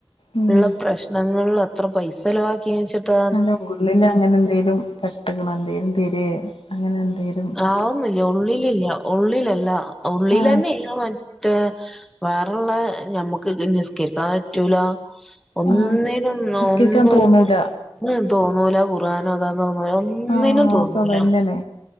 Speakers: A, on the left (about 85°); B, in the centre.
A: ഉം
B: ള്ള പ്രശ്നങ്ങളിൽ അത്ര പൈസ ചലവാക്കി ന്നിച്ചിട്ടാ
A: അല്ല ഉള്ളിൽ അങ്ങനെ ന്തേങ്കലും പെട്ടകണോ എന്തേലും തിരെ അങ്ങനെ ന്തേലും
B: ആവുന്നില്ല ഉള്ളിലില്ല ഉള്ളിലല്ല ഉള്ളിലന്നെ
A: ആഹ്
B: ന്ന് മറ്റേ വേറള്ള ഞമ്മുക്ക് നിസ്കരിക്കാൻ പറ്റൂല ഒന്നിനും
A: ആഹ്
B: ന്നോ
A: നിസ്കരിക്കാൻ
B: ന്നൊരു
A: തോന്നൂല
B: തോന്നൂല കൂറാൻ <unintelligible> ഒന്നിനും
A: ആഹ്
B: തോന്നൂല
A: അത് അതന്നെണ്